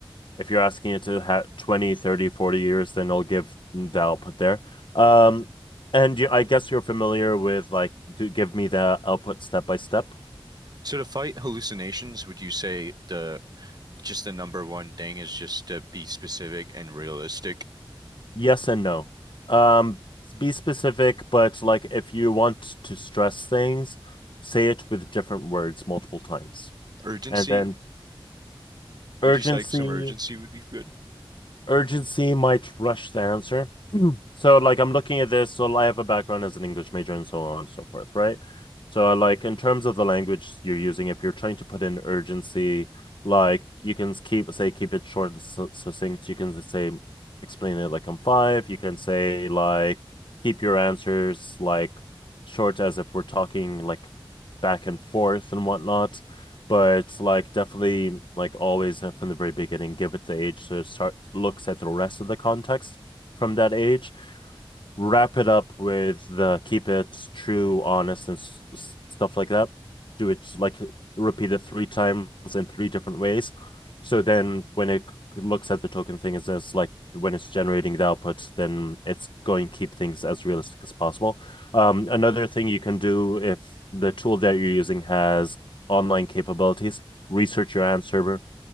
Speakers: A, on the left; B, on the right.
A: if you're asking it to have 20, 30, forty years, then it'll give the output there. Um, and you, I guess you're familiar with like, do give me the output step by step.
B: So to fight hallucinations, would you say the just the number one thing is just to be specific and realistic?
A: Yes and no. Um, be specific, but like if you want to stress things, say it with different words multiple times.
B: Urgency?
A: And then urgency,
B: Would you say like some urgency would be good?
A: Urgency might rush the answer. Mhm. <clears throat> So, like, I'm looking at this. So, I have a background as an English major and so on and so forth, right? So, uh, like, in terms of the language you're using, if you're trying to put in urgency, like, you can s- keep, say, keep it short, and su- succinct. You can say, explain it like I'm five. You can say, like, keep your answers, like, short as if we're talking, like, back and forth and whatnot but like definitely like always uh, from the very beginning give it the age so it start looks at the rest of the context from that age wrap it up with the keep it true, honest, and s s- stuff like that. Do it like repeat it three times in three different ways. So then when it c- looks at the token thing, is it's like when it's generating the output, then it's going to keep things as realistic as possible. Um, another thing you can do if the tool that you're using has online capabilities, research your answer